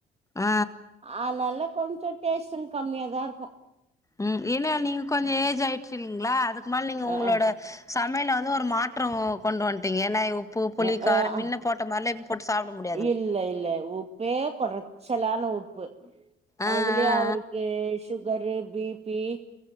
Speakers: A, on the left; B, on the right.
A: ஆ
B: ஆனால கொஞ்சு டேஸ்ட்டுன் கம்மியாதா இர்க்கு
A: ம் ஏன்னா நீங்க கொஞ்சொ ஏஜ் ஆய்ச்சிங்ளா அதுக்கு மேல் நீங்க உங்களோட
B: அ
A: சமயல் வது ஒரு மாற்றோ கொண்டு வந்ட்டிங்க ஏன்னாய் உப்பு புளிக்காரம்
B: அ அ அ
A: மின்ன போட்ட மார்லேப் போட் சாப்ட முடியா
B: இல்ல இல்ல உப்பே குறச்சலான உப்பு
A: ஆ
B: அதுலயே
A: ஆ
B: அவர்க்கே ஷு உகரு பிபி